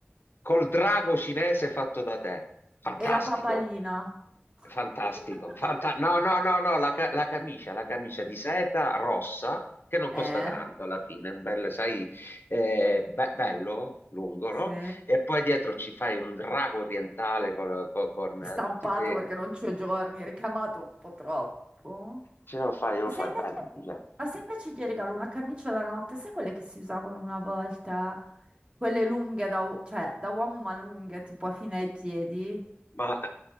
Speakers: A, on the left; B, on the right.
A: col drago cinese fatto da te. Fantastico!
B: E la papalina?
A: Fantastico.
B: <laughs>
A: Fanta- no, no, no, no, la, ca- la camicia, la camicia di seta rossa che non costa
B: Eh?
A: tanto alla fine, un bel, sai, eh, be- bello, lungo,
B: Sì.
A: no? E poi dietro ci fai un drago orientale con, con- con,
B: stampato
A: eh, tutti quei...
B: perché non ci ho giorni, ricamato un po' troppo.
A: Ce lo fai, ce
B: Ma
A: lo fai,
B: se invece,
A: bello. mi piace.
B: ma se invece gli regalo una camicia da notte, sai quelle che si usavano una volta? Quelle lunghe, da, u- cioè da uomo ma lunghe, tipo fino ai piedi,
A: Ma...